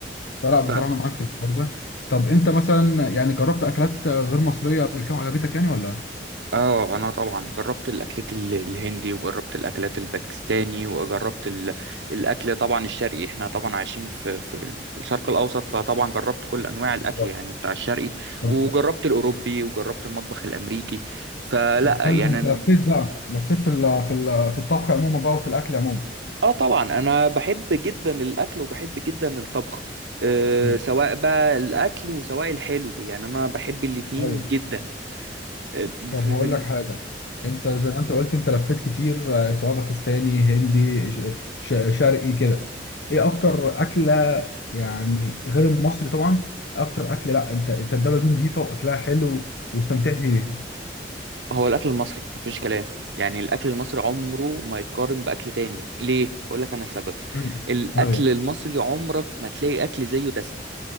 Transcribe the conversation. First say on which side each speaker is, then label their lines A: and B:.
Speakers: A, on the left (about 75°); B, on the right (about 85°).
A: فلا بصراحه
B: ف
A: انا معاك في الحوار ده طب انت مثلا يعني جربت اكلات غير مصريه قبل كده عجبتك يعني ولا
B: اه انا طبعا جربت الاكلات ال- الهندي وجربت الاكلات الباكستاني وجربت ال... الاكل طبعا الشرقي احنا طبعا عايشين في في ال- في الشرق الاوسط فطبعا جربت كل انواع الاكل
A: بالظبط
B: يعني بتاع الشرقي
A: طب
B: وجربت الاوروبي وجربت المطبخ الامريكي فلا
A: طب حلو
B: يعني
A: ده انت لفيت
B: أنا-
A: بقى لفيت في ال في ال في الطبخ عموما بقى وفي الاكل عموما
B: اه طبعا انا بحب جدا الاكل وبحب جدا الطبخ أه
A: مم.
B: سواء بقى الاكل وسواء الحلو يعني انا بحب الاتنين
A: ايوه
B: جدا أه،
A: طب
B: في...
A: هقول لك حاجة انت زي ما انت قلت انت لفيت كتير آه، سواء باكستاني هندي ش- ش- شرقي كده ايه اكتر اكلة يعني غير المصري طبعا اكتر اكل لا انت انت الدولة دي نظيفة واكلها حلو واستمتعت بيها
B: هو الاكل المصري مفيش كلام يعني الاكل المصري عمره ما يقارن باكل تاني ليه اقول لك انا السبب
A: مم.
B: الاكل
A: ايوه
B: المصري عمرك ما تلاقي اكل زيه دسم